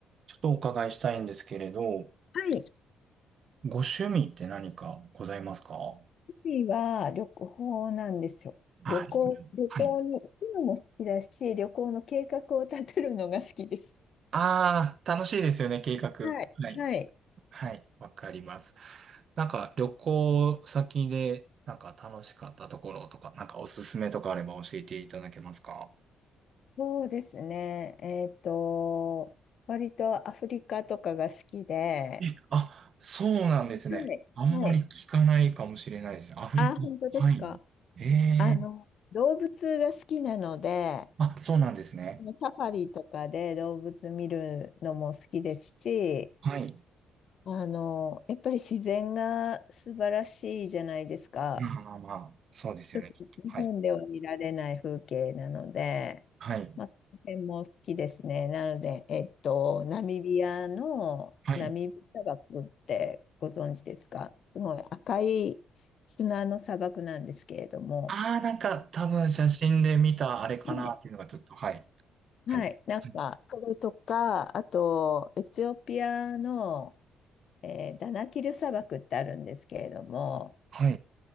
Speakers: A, on the right (about 55°); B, on the left (about 60°).
A: ちょっとお伺いしたいんですけれど、
B: はい。趣
A: ご趣味って何かございますかは
B: 味は旅行なんですよ。
A: あ、
B: 旅行、
A: リクルートはい。
B: 旅行に行くのも好きだし、旅行の計画を立てるのが好きです。
A: ああ、楽しいですよね、計画。
B: はい。
A: はい。
B: はい。
A: はい、わかります。なんか、旅行先で、なんか楽しかったところとか、なんかおすすめとかあれば教えていただけますか
B: そうですね。えっと、割とアフリカとかが好きで、
A: え、あ、そうなんですね。
B: はい。
A: あんまり聞かないかもしれないですね。
B: はい。
A: アフリカはい。
B: あ、本当ですか。
A: ええ
B: あの、動物が好きなので、
A: あ、そうなんですね。
B: サファリとかで動物見るのも好きですし、
A: はい。
B: あの、やっぱり自然が素晴らしいじゃないですか。
A: まあまあ、まあ、そうですよね、
B: ちょっと日本では見られない風景なので、
A: きっと。はい。はい。
B: まあ、この辺も好きですね。なので、えっと、ナミビアのナミブ砂漠ってご存知ですかすごい赤い砂の砂漠なんですけれども、
A: はい。ああ、なんか多分写真で見たあれかなっていうのがちょっと、
B: はい
A: はい。
B: はい、
A: ありはい。
B: なんか、それとか、あと、エチオピアの、えーダナキル砂漠ってあるんですけれども、
A: は